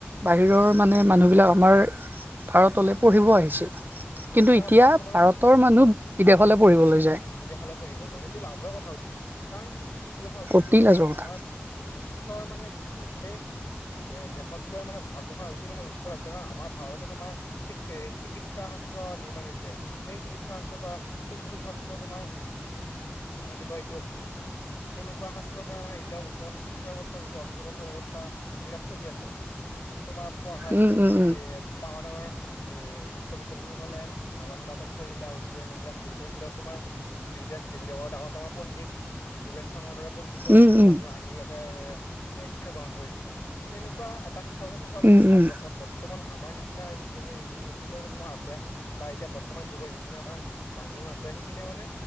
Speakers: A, on the right; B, on the left.
A: বাহিৰৰ মানে মানুহবিলাক আমাৰ ভাৰতলৈ পঢ়িব আহিছিল। কিন্তু
B: সেইটো আমাৰ
A: এতিয়া
B: ভাৰতখন মানে
A: ভাৰতৰ মানুহ
B: অ
A: বিদেশলৈ পঢ়িবলৈ যায়
B: বিদেশলৈ পঢ়িব যায় সেইটো লাজৰ কথা অতি কাৰণ যিটো স যিটো
A: অতি
B: সময়ত
A: লাজৰ কথা।
B: আমাৰ বিশ্বৰ মানে গোটেই এ দেশতকৈ মানে ভাৰতবৰ্ষৰ অতি মানে উচ্চ আছিলে। কাৰণ আমাৰ ভাৰতো তোমাৰ চিকিৎ শাস্ত্ৰ নিৰ্মাণ হৈছে। সেই চিকিৎসা শাস্ত্ৰ পৰা সুস্থ থ তোমাৰ কি বুলি কয় এইটো তেনেকোৱা শাস্ত্ৰৰ মানে এতিয়াও বৰ্তমান শিক্ষা ব্যৱস্থা যিটো অস্ত্ৰোপচাৰ ব্যৱস্থা এইবিলাক চলি আছে। তোমাৰ পঢ়াৰ যিখিনি
A: উম, উম, উম,
B: এ ডাঙৰ ৰ এই বিশ্ববিদ্যালয় তুমি ক'লা। নালন্দা, তক্ষশিলা, উজ্জয়ন এইবিলাক বিশ্ববিদ্যালয়ত তোমাৰ বিদেশ দেৱী দেৱৰ ডাঙৰ ডাঙৰ পণ্ডিত হিউৱেন চাঙৰ দৰে পণ্ডিতৰ
A: উম,
B: নিচিনা
A: উম,
B: মানুহ আহি ইয়াত এ শিক্ষা গ্ৰহণ কৰিছিলে। তেনেকুৱা এটা শিক্ষা ব্যৱস্থা থকাৰ পিছতো
A: উম,
B: ভাৰতবৰ্ষত
A: উম,
B: বৰ্তমান আমাৰ নিচিনা যিখিনি নতুন-নতুন প্ৰজন্ম আছে বা এতিয়া বৰ্তমান যুগৰ যিখিনি আমাৰ মানুহ আছে সেইখিনিয়ে মানে